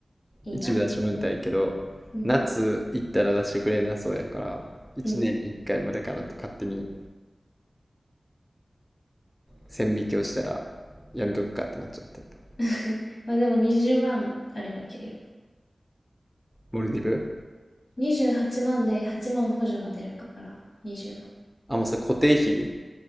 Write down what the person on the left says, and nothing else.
いいな。
うん。
うん。
<laughs> まあでも20万あればいけるよ。
28万で8万補助が出るから、20万。